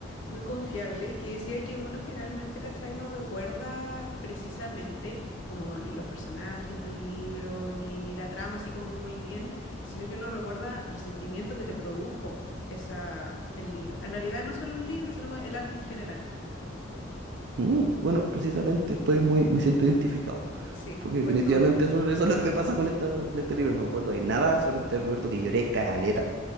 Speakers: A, on the left (about 70°); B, on the right (about 55°).
A: muy confiable que decía que uno finalmente, ¿cachai? No recuerda precisamente como los personajes de un libro ni, ni la trama así como muy bien, sino que uno recuerda el sentimiento que te produjo esa, el libro. En realidad no solo un libro, sino el arte en general.
B: mm, bueno, precisamente estoy muy, me siento identificado.
A: Sí,
B: Porque
A: por
B: definitivamente
A: eso me acordé.
B: eso, eso es lo que me pasa con, esta, con este libro. No me acuerdo de nada. Solamente recuerdo que lloré caleta.